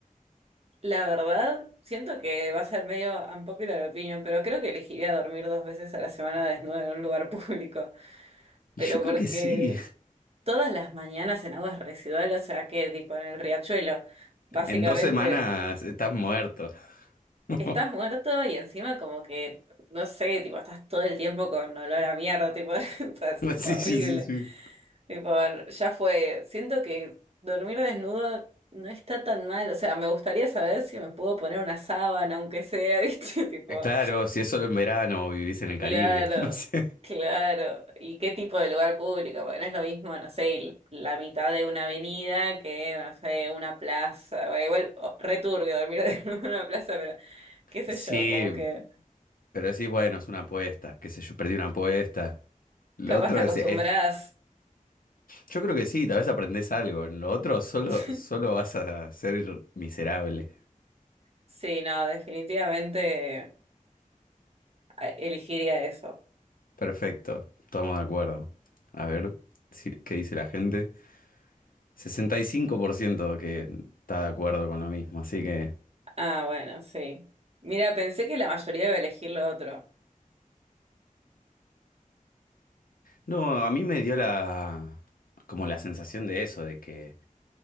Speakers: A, on the right (about 45°); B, on the left (about 80°).
A: La verdad, siento que va a ser medio unpopular opinion, pero creo que elegiría dormir dos veces a la semana desnudo en un lugar <laughs> público. Pero
B: Y yo creo
A: porque
B: que sí. <laughs>
A: todas las mañanas en aguas residuales, o sea que tipo en el riachuelo, básicamente
B: En dos semanas estás muerto. <laughs>
A: estás muerto y encima como que, no sé, tipo estás todo el tiempo con olor a mierda, tipo, <laughs> o sea, es
B: Sí,
A: horrible.
B: sí, sí, sí.
A: Tipo, ya fue. Siento que dormir desnudo no está tan mal. O sea, me gustaría saber si me puedo poner una sábana, aunque sea, <laughs> ¿viste? Tipo.
B: Eh, Claro, si es solo en verano o vivís en el Caribe,
A: Claro,
B: <laughs> no sé.
A: claro. ¿Y qué tipo de lugar público? Porque no es lo mismo, no sé, el- la mitad de una avenida que, no sé, una plaza. Bueno, igual, oh, re turbio dormir <laughs> en una plaza, pero qué sé
B: Sí,
A: yo, como que
B: Pero decís, bueno, es una apuesta, qué sé yo, perdí una apuesta. Lo
A: capaz
B: otro
A: te acostumbras.
B: es, es- yo creo que sí, tal vez aprendés algo. En lo otro solo,
A: <laughs>
B: solo vas a ser miserable.
A: Sí, no, definitivamente a- elegiría eso.
B: Perfecto, estamos de acuerdo. A ver, si- ¿qué dice la gente? sesenta y cinco por ciento que está de acuerdo con lo mismo, así que...
A: Ah, bueno, sí. Mira, pensé que la mayoría iba a elegir lo otro.
B: No, a mí me dio la... como la sensación de eso, de que,